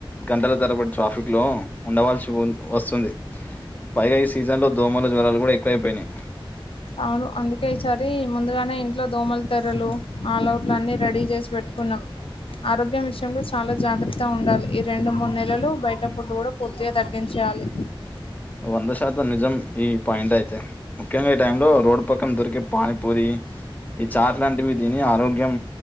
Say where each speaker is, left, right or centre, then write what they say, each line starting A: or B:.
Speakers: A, on the left; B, on the left.
A: గంటల తరబడి ట్రాఫిక్ లో ఉండవ వసువున్ వస్తుంది పైగా ఈ సీజన్ లో దోమలు జ్వరాలు కూడ ఎక్కువైపోయినాయి.
B: అవును అందుకే ఈ సారి ముందుగానే ఇంట్లో దోమలు తెర్రలు, ఆల్ అవుట్లు అన్ని రెడీ చేసి పెట్ కున్నాం ఆరోగ్యం ఇస్ వర్షం లో చాలా జాగ్రత్త ఉండాలి. ఈ రెండు మూడు నెలలు బయట ఫుడ్ గూడ పూర్తిగా తగ్గించేయాలి.
A: వంద శాతం నిజం ఈ పాయింట్ అయితే ముఖ్యంగా ఈ టైంలో రోడ్డు పక్కన దొరికే పానిపూరి ఈ చాట్ లాంటివి తిని ఆరోగ్యం